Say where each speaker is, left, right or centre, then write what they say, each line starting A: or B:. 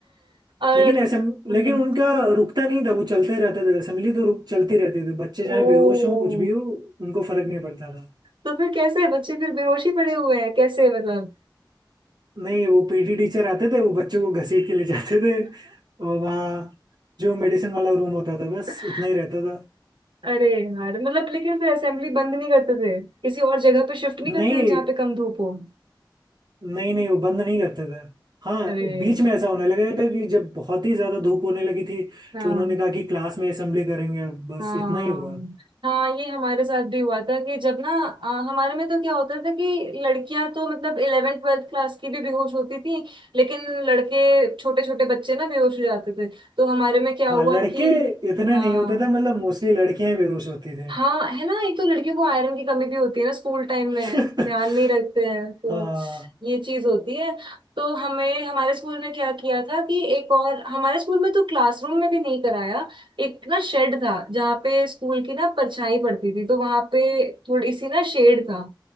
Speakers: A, on the right; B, on the right.
A: और
B: लेकिन असेंब
A: हम्म
B: लेकिन उनका रुकता नहीं था वो चलते रहते थे असेंबली तो रुक चलती रहती थी बच्चे
A: ओ
B: चाहे बेहोश हों कुछ भी हो उनको फर्क नहीं पड़ता था
A: तो फिर कैसे बच्चे फिर बेहोश ही पड़े हुए हैं कैसे मतलब
B: नहीं वो पीटी टीचर आते थे वो बच्चों को घसीट के ले जाते थे और वहाँ जो मेडिसिन वाला रूम होता था बस
A: <laughs>
B: इतना ही रहता था
A: अरे यार मतलब लेकिन फिर असेंबली बंद नहीं करते थे किसी और जगह पे शिफ्ट नहीं करते
B: नहीं
A: थे जहाँ पे कम धूप हो
B: नहीं नहीं वो बंद नहीं करते थे हाँ
A: अरे
B: बीच में ऐसा होने लगा था कि जब बहुत ही ज्यादा धूप होने लगी थी
A: हाँ
B: तो उन्होंने कहा कि क्लास में असेंबली करेंगे अब बस
A: हाँ
B: इतना ही हुआ
A: हाँ ये हमारे साथ भी हुआ था कि जब ना अ, हमारे में तो क्या होता था कि लड़कियां तो मतलब इलेवेंथ ट्वेल्थ क्लास की भी बेहोश होती थी लेकिन लड़के छोटे छोटे बच्चे ना बेहोश हो जाते थे तो हमारे में क्या
B: हाँ
A: हुआ
B: लड़के
A: कि
B: इतने
A: हाँ
B: नहीं होते थे मतलब मोस्टली लड़कियां ही बेहोश होती थी
A: हाँ है ना एक तो लड़कियों को आयरन की कमी भी होती है ना स्कूल टाइम
B: <laughs>
A: में ध्यान नहीं रखते हैं तो
B: हाँ
A: ये चीज होती है तो हमें हमारे स्कूल में क्या किया था कि एक और हमारे स्कूल में तो क्लासरूम में भी नहीं कराया एक ना शेड था जहाँ पे स्कूल की ना परछाई पड़ती थी तो वहां पे थोड़ी सी ना शेड था